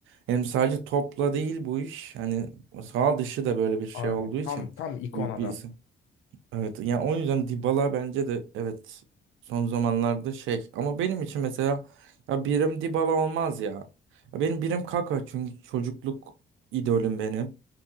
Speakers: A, on the right; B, on the left.
A: Hem sadece topla değil bu iş. Hani sağ dışı da böyle bir şey
B: Aynen.
A: olduğu için
B: Tam tam ikon
A: büyük bir
B: adam.
A: isim. Evet yani o yüzden Dybala bence de evet son zamanlarda şey ama benim için mesela ya birim Dybala olmaz ya. Ya benim birim Kaka çünkü çocukluk idolüm benim.